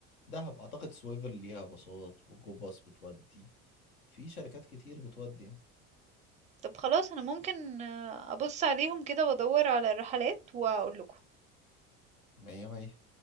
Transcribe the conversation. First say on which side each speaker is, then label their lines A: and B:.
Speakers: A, on the left; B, on the right.
A: دهب أعتقد سويفل ليها باصات وجو باص بتودي في شركات كتير بتودي يعني
B: طب خلاص انا ممكن آه، ابص عليهم كده وادور على الرحلات واقول لكم
A: مية مية